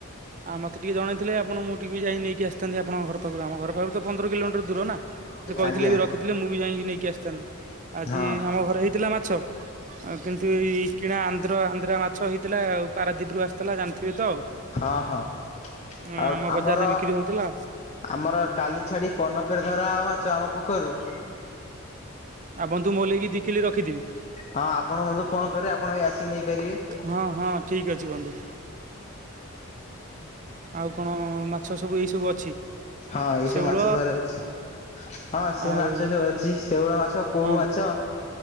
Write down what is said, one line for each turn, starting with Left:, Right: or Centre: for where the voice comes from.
Right: ଆଉ ମତେ ଟିକେ ଜଣେଇଥିଲେ ଆପଣ ମୁଁ ଟିକେ ଯାଇ ନେଇକି ଆସିଥାନ୍ତି ଆପଣଙ୍କ ଘରପାଖରୁ ଆମ ଘର ପାଖକୁ। ପନ୍ଦର କିଲୋମିଟର ଦୂର ନା ସେ କହିଥିଲେ
Left: ଆଜ୍ଞା
Right: ବି ରଖିଥିଲେ ମୁଁ ବି ଯାଇକି ନେଇକି ଆସିଥାନ୍ତି। ଆଜି
Left: ହଁ
Right: ଆମ ଘରେ ହେଇଥିଲା ମାଛ। ଆଉ କିନ୍ତୁ ଏଇ କିଣା ଆନ୍ଦ୍ର ଆନ୍ଦ୍ରା ମାଛ ହେଇଥିଲା ଆଉ ପାରାଦ୍ୱୀପରୁ ଆସିଥିଲା ଜାଣିଥିବେ ତ ଆଉ।
Left: ହଁ ହଁ
Right: ହଁ
Left: ଆଉ
Right: ଆମ ବଜାରରେ
Left: ଆମର
Right: ବିକ୍ରି ହଉଥିଲା
Left: ଆମର କାଲି ଛାଡି ପନ ଫେର ଧରା ମାଛ ଆମ ପୋଖରରୁ
Right: ଆଉ ବନ୍ଧୁ ମୁଁ ନେଇକି ଦି କିଲ ରଖିଥିବି
Left: ହଁ ଆପଣଙ୍କୁ ବଧୁ ଫୋନ କରି ଆପଣ ବି ଆସିି ନେଇପାରିବେ
Right: ହଁ ହଁ ଠିକ ଅଛି ବନ୍ଧୁ ଆଉ କଣ ମାଛ ସବୁ ଏଇ ସବୁ ଅଛି
Left: ହଁ ଏଇଛ
Right: ଶେଉଳ
Left: ମାଛ ଦ୍ୱାର ଅଛି ହଁ ସେ
Right: ଆଉ
Left: ମାଛ ସବୁ ଅଛି ଶଉଳ ମାଛ କୋଉ
Right: ହଁ
Left: ମାଛ